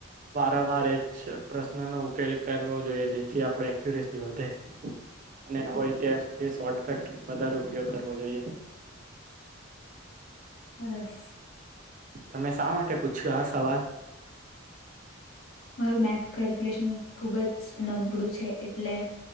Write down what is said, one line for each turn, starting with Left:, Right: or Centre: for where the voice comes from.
Right: વારંવારે પ્રશ્નનો નો ઉકેલ કરવો જોઈએ જેથી આપણે એક્યુરેસી વધે. અને હોય ત્યાં સુધી શોર્ટકટ વધારે ઉપયોગ કરવો જોઈએ.
Left: સરસ.
Right: તમે શા માટે પૂછ્યું આ સવાલ
Left: મારું મેથ કેલ્ક્યુલેશન ખુબ જ નબળું છે એટલે